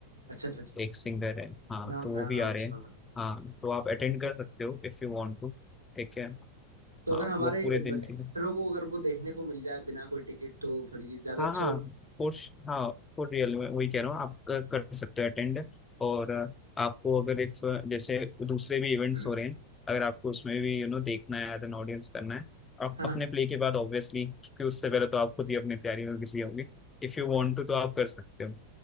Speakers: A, on the right (about 80°); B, on the left (about 15°).
A: अच्छा अच्छा अच्छा
B: एक सिंगर है हाँ
A: नाम
B: तो वो
A: हाँ
B: भी
A: नाम
B: आ रहे
A: सुना
B: हैं हाँ तो आप अटेंड कर सकते हो इफ यू वांट टू ठीक है
A: तो अगर
B: हाँ
A: हमारे
B: वो पूरे
A: एक्टरों
B: दिन के लिए
A: को अगर वो देखने को मिल जाए बिना कोई टिकट तो फिर ये ज्यादा
B: हाँ
A: अच्छा
B: हाँ
A: हो
B: फॉर हाँ फॉर रियल में वही कह रहा हूँ आप कर, कर सकते हो अटेंड और अ, आपको अगर इफ जैसे दूसरे भी
A: <clears throat>
B: इवेंट्स हो रहे हैं अगर आपको उसमें भी यू नो देखना है एज एन ऑडियंस करना है आप
A: हाँ
B: अपने
A: हाँ
B: प्ले के बाद ऑब्वियसली क्योंकि उससे पहले तो आप खुद ही अपनी तैयारी में बिजी होंगे इफ यू वांट टू तो आप कर सकते हो